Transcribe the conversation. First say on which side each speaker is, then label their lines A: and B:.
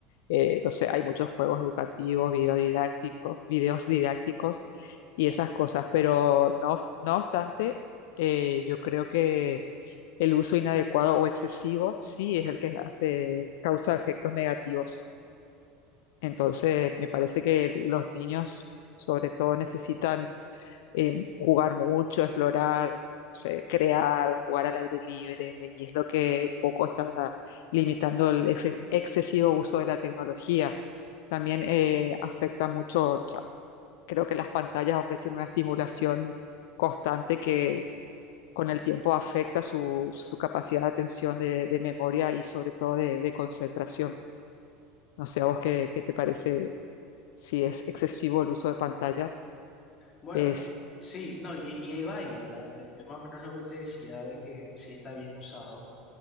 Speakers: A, on the left; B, on the left.
A: Eh, no sé, hay muchos juegos educativos, video didáctico- videos didácticos y esas cosas, pero no, no obstante, eh, yo creo que el uso inadecuado o excesivo sí es el que hace, causa efectos negativos. Entonces, me parece que los niños, sobre todo, necesitan eh, jugar mucho, explorar, no sé, crear, jugar al aire libre, y es lo que un poco está limitando el ex- excesivo uso de la tecnología. También eh, afecta mucho, o sea, creo que las pantallas ofrecen una estimulación constante que con el tiempo afecta su, su capacidad de atención, de, de memoria y sobre todo de, de concentración. No sé, ¿a vos qué, qué te parece si es excesivo el uso de pantallas.
B: Bueno,
A: Es,
B: sí, no, y, y ahí va ahí, ¿verdad? Eh, Es más o menos lo que te decía de que si está bien usado,